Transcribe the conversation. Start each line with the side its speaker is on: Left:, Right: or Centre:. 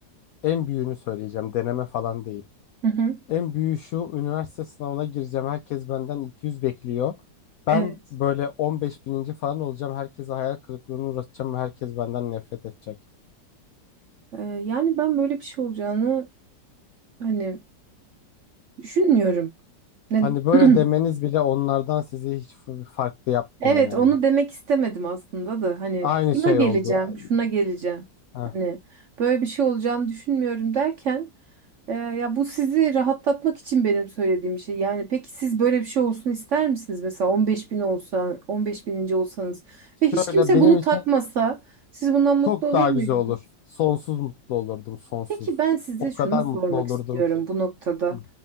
Left: En büyüğünü söyleyeceğim. Deneme falan değil.
Right: Hı hı.
Left: En büyüğü şu üniversite sınavına gireceğim. Herkes benden 200 bekliyor. Ben
Right: Evet.
Left: böyle 15 bininci falan olacağım. Herkese hayal kırıklığına uğratacağım ve herkes benden nefret edecek.
Right: E, yani ben böyle bir şey olacağını hani düşünmüyorum. Ne?
Left: Hani böyle
Right: <clears throat>
Left: demeniz bile onlardan sizi hiç f- farklı yapmıyor
Right: Evet,
Left: yani.
Right: onu demek istemedim aslında da hani
Left: Aynı
Right: şuna
Left: şey
Right: geleceğim,
Left: oldu. Ay-
Right: şuna geleceğim.
Left: Heh.
Right: Hani böyle bir şey olacağını düşünmüyorum derken e, ya bu sizi rahatlatmak için benim söylediğim bir şey. Yani peki siz böyle bir şey olsun ister misiniz? Mesela on beş bin olsa, on beş bininci olsanız ve hiç
Left: Şöyle
Right: kimse
Left: benim
Right: bunu
Left: için
Right: takmasa siz bundan mutlu
Left: çok
Right: olur
Left: daha
Right: muydunuz?
Left: güzel olur. Sonsuz mutlu olurdum, sonsuz.
Right: Peki ben size
Left: O
Right: şunu
Left: kadar
Right: sormak
Left: mutlu olurdum
Right: istiyorum
Left: ki.
Right: bu noktada.
Left: Hı.